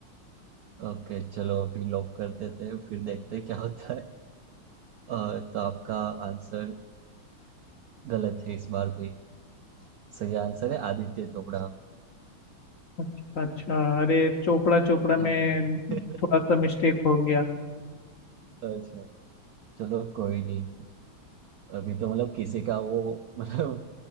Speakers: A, on the right; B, on the left.
A: ओके चलो अभी लॉक कर देते हैं फिर देखते हैं क्या होता है अ, तो आपका आंसर गलत है इस बार भी सही आंसर है आदित्य चोपड़ा
B: अच्छा अच्छा अरे चोपड़ा चोपड़ा में
A: हाँ। <laughs>
B: थोड़ा सा मिस्टेक हो गया
A: अच्छा चलो कोई नहीं अभी तो मतलब किसी का वो <laughs> मतलब